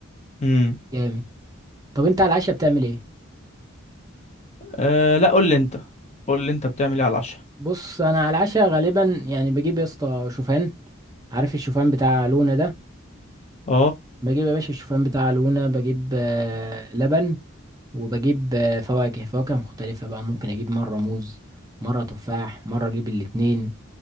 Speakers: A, on the left; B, on the right.
A: امم
B: جامد طب انت على العشاء بتعمل ايه
A: آه لا قول لي انت قول لي انت بتعمل ايه على العشاء
B: بص انا على العشاء غالبا يعني بجيب يا اسطى شوفان عارف الشوفان بتاع لونا ده
A: اه
B: بجيب يا باشا الشوفان بتاع لونا بجيب آه، لبن وبجيب آه، فواكه فواكه مختلفة بقى ممكن اجيب مرة موز مرة تفاح مرة اجيب الاتنين